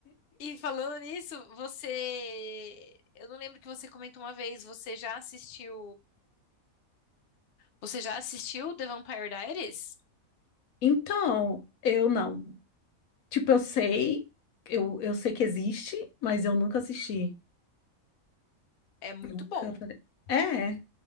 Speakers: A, on the left; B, on the left.
A: E falando nisso, você. Eu não lembro que você comentou uma vez, você já assistiu. Você já assistiu The Vampire Diaries?
B: Então, eu não. Tipo, eu sei, eu, eu sei que existe, mas eu nunca assisti.
A: É muito
B: Nunca
A: bom.
B: falei. É,